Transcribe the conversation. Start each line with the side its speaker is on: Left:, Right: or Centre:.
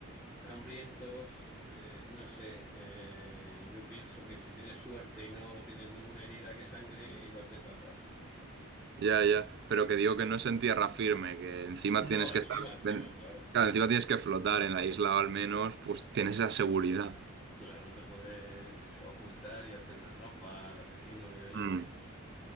Centre: hambrientos, eh, no sé, eh, yo pienso que si tienes suerte y no tienes ninguna herida que sangre, igual te salvas.
Right: Ya, ya, pero que digo que no es en tierra firme, que encima tienes
Centre: No, encima,
Right: que estar,
Centre: encima,
Right: en-
Centre: claro.
Right: claro, encima tienes que flotar en la isla o al menos, pues tienes esa seguridad.
Centre: Claro, te puedes ocultar y hacer una trampa al asesino y oye.
Right: Mm,